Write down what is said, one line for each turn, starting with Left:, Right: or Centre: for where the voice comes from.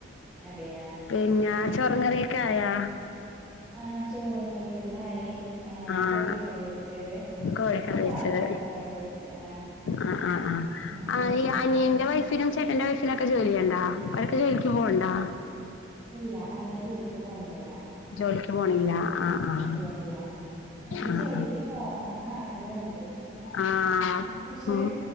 Centre: അതെയാ
Left: പിന്നെ
Centre: ഉം
Left: ചോറും കറിയൊക്കെ ആയാ
Centre: ആഹ് ചോറും കറിയും എല്ലാം ആയി ഏഹ്
Left: ആഹ്
Centre: കോഴിക്കറി വെച്ചത്
Left: കോഴിക്കറി
Centre: പിന്നെ സാധാ
Left: വെച്ചത്
Centre: ചോറ് വെച്ച് ആഹ്
Left: ആഹ് ആഹ്
Centre: ഉം
Left: ആഹ് ആ അനിയന്റെ
Centre: ഉം.
Left: വൈഫിനും ചേട്ടന്റെ വൈഫിനൊക്കെ ജോലി ഉണ്ടാ അവരൊക്കെ ജോലിക്ക് പോകണ്ടാ
Centre: ഇല്ല അവര് ജോലിക്ക് പോകുന്നില്ല
Left: ജോലിക്ക് പോണില്ല ആഹ് ആഹ്
Centre: ഇല്ല ഇല്ല എനിക്ക്
Left: ആഹ്
Centre: ജോലിക്ക് പോണന്ന് ആഗ്രഹമുണ്ട്
Left: ആഹ് ആഹ്
Centre: പക്ഷെ
Left: ഉം